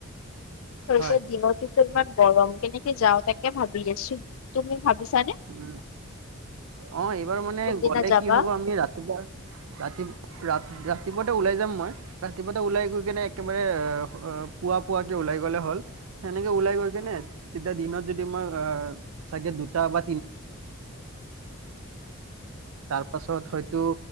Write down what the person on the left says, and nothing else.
তাৰপাছত
দিনততো ইমান গৰম। কেনেকে যাও তাকে ভাবি আছো। তুমি ভাবিছানে
কোনদিনা
যাবা